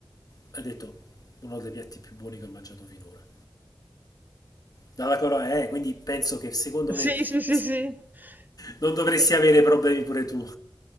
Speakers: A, on the left (about 45°); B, on the right (about 20°).
A: Ha detto, uno dei piatti più buoni che ho mangiato finora. Dalla Corea, eh, quindi penso che secondo
B: Sì,
A: me
B: sì, sì,
A: eh, s-
B: sì.
A: non dovresti
B: Vabbè,
A: avere problemi pure tu.